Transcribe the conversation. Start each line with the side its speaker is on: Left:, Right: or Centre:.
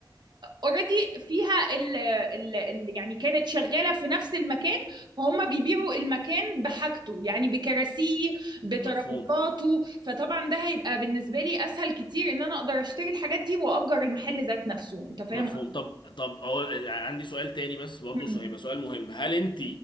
Right: اوريدي فيها ال ال ال يعني كانت شغاله في نفس المكان فهم بيبيعوا المكان بحاجته يعني بكراسيه بترابيزاته
Left: مفهوم
Right: فطبعا ده هيبقى بالنسبه لي اسهل كتير ان انا اقدر اشتري الحاجات دي واجر المحل ذات نفسه انت فاهم
Left: مفهوم طب طب أقول... عندي سؤال تاني بس برضه
Right: مم.
Left: هيبقى سؤال مهم هل انت